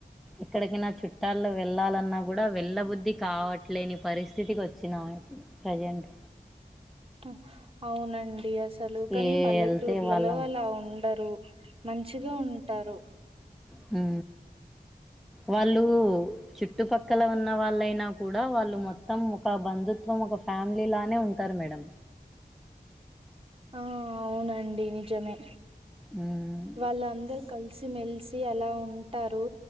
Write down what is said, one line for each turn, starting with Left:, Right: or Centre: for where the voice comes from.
Centre: ఎక్కడికైనా చుట్టాల్లో వెళ్ళాలన్నా కూడా వెళ్ళ బుద్ధి కావట్లేని పరిస్థితికి వచ్చినాము ఇప్ ప్రజెంట్
Right: హా అవునండి అసలు కానీ
Centre: ఏ
Right: పల్లెటూర్లలో
Centre: వెళ్తే వాళ్ళ
Right: అలా ఉండరు మంచిగా ఉంటారు
Centre: హు వాళ్ళు చుట్టుపక్కల ఉన్న వాళ్ళైనా కూడా వాళ్ళు మొత్తం ఒక బంధుత్వం ఒక ఫ్యామిలీ లానే ఉంటారు మేడం
Right: ఆ అవునండి నిజమే
Centre: హు
Right: వాళ్ళందరు కలిసి మెలిసి అలా ఉంటారు